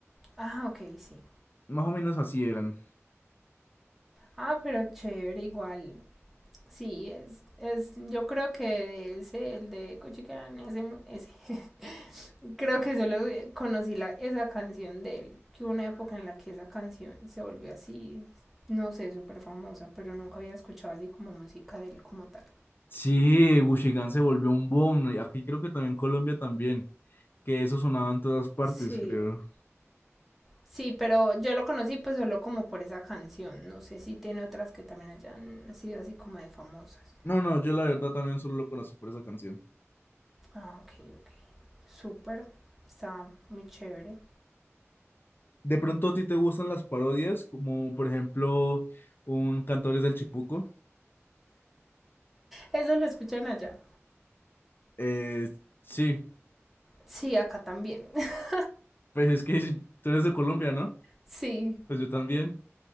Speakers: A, in the centre; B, on the left.
A: Ah, ok, sí.
B: Más o menos así eran.
A: Ah, pero chévere, igual. Sí, es, es, yo creo que de ese, el de Cochican, ese, ese. <laughs> creo que solo conocí la, esa canción de él, que hubo una época en la que esa canción se volvió así, no sé, súper famosa, pero nunca había escuchado así como música de él como tal.
B: Sí, Gucci Gang se volvió un boom. y Aquí creo que también en Colombia también. que eso sonaba en todas partes,
A: Sí,
B: creo.
A: Sí, pero yo lo conocí pues solo como por esa canción. No sé si tiene otras que también hayan sido así como de famosas.
B: No, no, yo la verdad también solo lo conocí por esa canción.
A: Ah, ok, ok. Súper. Está muy chévere.
B: De pronto a ti te gustan las parodias, como por ejemplo un Cantores del Chipuco.
A: Eso lo escuchan allá.
B: Eh, sí,
A: Sí, acá también. <laughs>
B: pues es que sí, tú eres de Colombia, ¿no?
A: Sí.
B: Pues yo también.